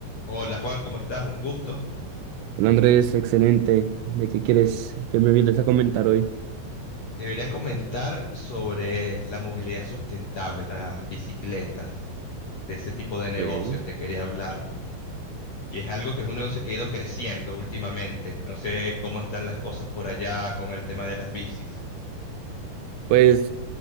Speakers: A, on the left; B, on the right.
A: Hola Juan, ¿cómo estás? Un gusto.
B: Hola Andrés, excelente. ¿De qué quieres que me vienes a comentar hoy?
A: Te venía a comentar sobre la movilidad sustentable, las bicicletas, de ese tipo de negocios
B: Ok.
A: te quería hablar, que es algo que es un negocio que ha ido creciendo últimamente. No sé cómo están las cosas por allá con el tema de las bicis.
B: Pues